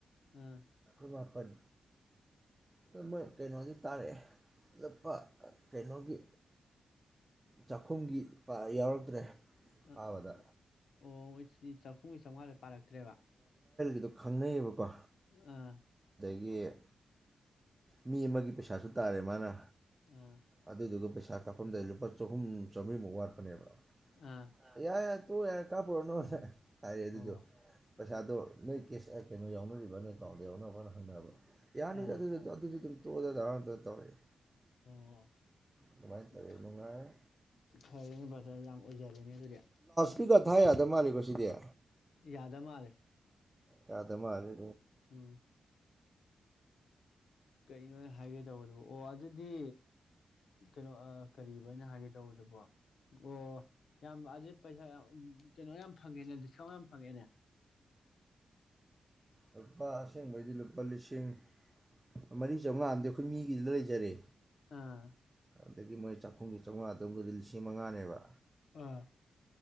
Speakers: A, on the left; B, on the right.
A: ꯑ
B: ꯃꯤ ꯃꯥꯄꯟ ꯇꯨꯃꯣꯏ ꯀꯩꯅꯣꯗꯤ ꯇꯥꯔꯛꯑꯦ ꯂꯨꯞꯄ ꯀꯩꯅꯣꯒꯤ ꯆꯥꯛꯈꯨꯝꯒꯤ ꯄ ꯌꯥꯎꯔꯛꯇ꯭ꯔꯦ
A: ꯑꯥ
B: ꯄꯕꯗ
A: ꯑꯣ ꯑꯣ ꯆꯥꯛꯈꯨꯝꯒ ꯆꯥꯝꯉꯥꯗꫭ ꯄꯔꯛꯇ꯭ꯔꯦꯕ
B: ꯗꫭ ꯈꯪꯅꯩꯌꯦꯕꯀꯣ
A: ꯑꯥ
B: ꯒꯤ ꯃꯤ ꯑꯃꯒꯤ ꯄꯩꯁꯥꯁꯨ ꯇꯥꯔꯦ ꯃꯥꯅ
A: ꯑꯥ
B: ꯑꯗꯗꯨꯒ ꯄꯩꯁꯥ ꯀꯞ ꯐꯝꯗ ꯂꯨꯄꯥ ꯆꯍꯨꯝ ꯆꯥꯝꯔꯤꯃꯨꯛ ꯋꯥꯠꯄꯅꯦꯕ
A: ꯑꯥ
B: <unintelligible> ꯌꯥ ꯌꯥ ꯀꯞꯄꯨꯔꯅꯨꯅ ꯍꯥꯏꯌꯦ ꯑꯗꯨꯗꯣ
A: ꯑꯣ
B: ꯄꯩꯁꯥꯗꯣ ꯅꯣꯏ ꯀꯦꯁ ꯀꯩꯅꯣ ꯌꯥꯎꯅꯔꯤꯕꫭꯅ ꯑꯦꯀꯥꯎꯟꯗ ꯌꯥꯎꯅꯔꯤꯕꫭꯅ ꯍꯪꯅꯕ ꯌꯥꯅꯤ
A: ꯑꯥ
B: ꯑꯗꯨꯗꯤ <unintelligible> ꯗ ꯗꯥ <unintelligible> ꯇꯧꯔꯛꯑꯦ
A: ꯑꯣ
B: ꯑꯗꯨꯃꯥꯏꯅ ꯇꯧꯔꯛꯑꯦ
A: ꯐ
B: ꯅꯨꯡꯉꯥꯏꯔꯦ
A: ꯐꯔꯦꯅꯦ ꯕꯗ꯭ꯔ ꯌꯥꯝ ꯑꯣꯏꯖꯔꯦꯅꯦ ꯑꯗꯨꯗꯤ
B: ꯏ ꯀꯥꯔꯗ ꯊꯥ ꯌꯥꯗ ꯃꯥꯜꯂꯦꯀꯣ ꯁꯤꯗꯤ
A: ꯌꯥꯗ ꯃꯥꯜꯂꯦ
B: ꯌꯥꯗ ꯃꯥꯜꯂꯦ
A: ꯎꯝ ꯀꯩꯅꯣ ꯑꯦ ꯍꯥꯏꯒꯦ ꯇꯧꯕꯗꯨꯕꯨ ꯑꯣ ꯑꯗꯨꯗꯤ ꯀꯩꯅꯣ ꯑ ꯀꯔꯤꯕ ꯑꯩꯅ ꯍꯥꯏꯒꯦ ꯇꯧꯕꯗꯨꯕꯣ ꯑꯣ ꯌꯥꯝ ꯑꯗꯨꯗꯤ ꯄꯩꯁꯥ ꯌꯥꯝ ꯀꯩꯅꯣ ꯌꯥꯝ ꯐꯪꯉꯦꯅꯦ ꯗꯤꯁꯀꯥꯎꯟ ꯌꯥꯝ ꯐꯪꯉꯦꯅꯦ
B: ꯂꯨꯄꯥ ꯑꯁꯦꯡꯕꯩꯗꯤ ꯂꯨꯄꯥ ꯂꯤꯁꯤꯡ ꯃꯔꯤ ꯆꯥꯝꯃꯉꯥ ꯑꯃꯗꯤ ꯑꯩꯈꯣꯏ ꯃꯤꯒꯤꯗ ꯂꯩꯖꯔꯦ
A: ꯑꯥ
B: ꯑꯗꯒꯤ ꯃꯣꯏ ꯆꯥꯛꯈꯨꯝꯒꯤ ꯆꯥꯝꯃꯉꯥ ꯗꯨꯒꯗꯤ ꯂꯤꯁꯤꯡ ꯃꯉꯥꯅꯦꯕ
A: ꯑꯥ